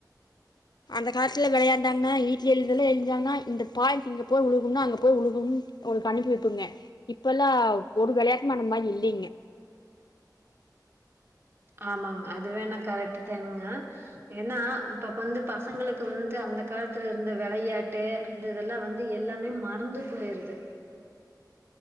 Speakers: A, on the left; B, on the right.
A: அந்த காஸ்லே வெளையாண்டாங்ணா ஈட்லே எழுதுல எல்ஜாங்னா இந்த பாய்ண்ட் இங்க போய் வுலுகும்னா அங்க போய் வுலுகும் ஒர் கனுப்பி வெப்புங்க இப்பல்லா ஒரு விளையாட்டு மநமா இல்லிய்ங்க
B: ஆமாங் அதுவேணா கரட்டு தேனுங்க ஏன்னா பப் வந்து பசங்களுக்கு வந்து அந்த காலத்துலருந்து வெளையாட்டு அந்த் இதெல்லா வந்து எல்லாமே மறந்து போய்ர்து